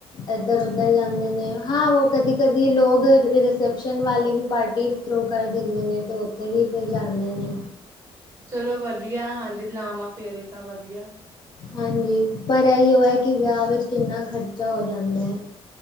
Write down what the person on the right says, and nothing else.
ਚਲੋ ਵਧੀਆ, ਹਾਂਜੀ ਲਾਵਾਂ ਫੇਰੇ ਤਾਂ ਵਧੀਆ।